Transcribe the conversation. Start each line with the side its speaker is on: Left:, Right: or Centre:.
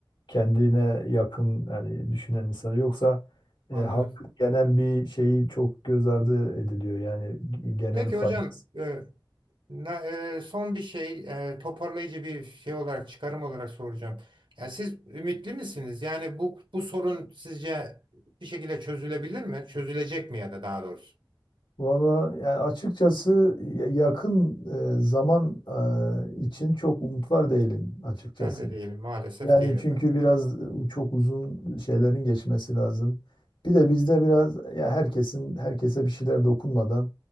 Left: kendine yakın yani düşünen insanı yoksa e,
Right: anladım.
Left: halkın genel bir şeyi çok göz ardı ediliyor yani genel
Right: Peki
Left: faydası.
Right: hocam, e, Na- e, son bir şey e, toparlayıcı bir şey olarak çıkarım olarak soracağım. Ya siz ümitli misiniz? Yani bu bu sorun sizce bir şekilde çözülebilir mi? Çözülecek mi ya da daha doğrusu?
Left: Valla yani açıkçası ya- yakın e, zaman e, için çok umut var değilim açıkçası.
Right: Ben de değilim maalesef
Left: Yani
Right: değilim
Left: çünkü
Right: ben de.
Left: biraz e, çok uzun şeylerin geçmesi lazım. Bir de bizde biraz ya herkesin herkese bir şeyler dokunmadan